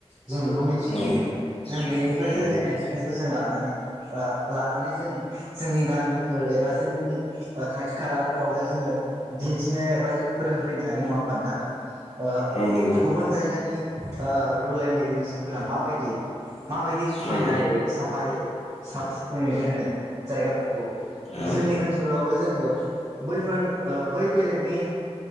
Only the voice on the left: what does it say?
औ
औ
औ नंगौ
औ
औ